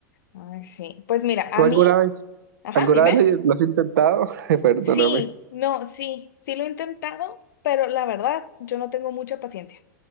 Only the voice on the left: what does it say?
Ay, sí. Pues mira, a
mí,
ajá,
dime.
Sí, no, sí, sí lo he intentado, pero la verdad, yo no tengo mucha paciencia.